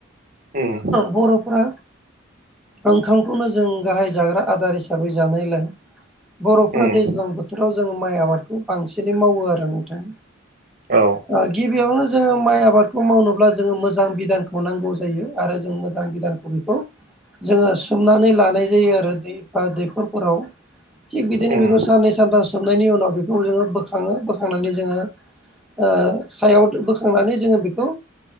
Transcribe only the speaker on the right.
उम।
उम
औ
उम